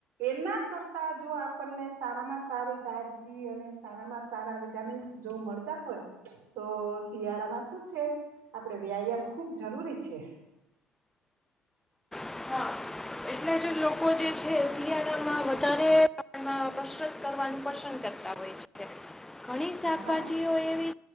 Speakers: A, on the right (about 45°); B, in the centre.
A: એના કરતા જો આપણને સારામાં સારી તાજગી અને સારામાં સારા વિટામિન્સ જો મળતા હોય તો શિયાળામાં શું છે આપણેે વ્યાયામ ખૂબ જરૂરી છે
B: છે. હા, એટલે જ લોકો જે છે શિયાળામાં વધારે <inaudible> કસરત કરવાનું પસંદ કરતા હોય છે ઘણી શાકભાજી
A: હા હા
B: ઓ એવી